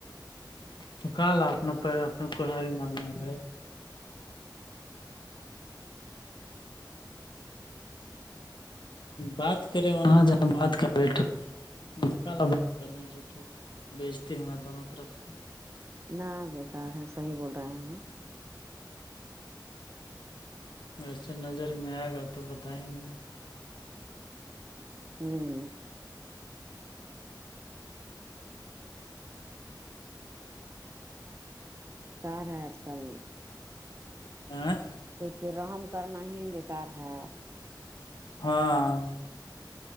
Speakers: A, on the left; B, on the right.
A: تو کال اپنا پ اپنا کوڑاری مارنا گ بات کرے وہاں جہاں بات کا بیٹھ رہے ہیں م تو کالا بات کرنا جو بیچتی ہوں نا دونوں طرف سے
B: ن بیکار ہے صحیح بول رہے ہیں
A: ویسے نظر میں آئے گا تو بتائیں گے
B: ہوں کار ہے اج کل
A: آاں
B: ائی پہ رحم کرنا ہی بیکار ہے
A: ہاں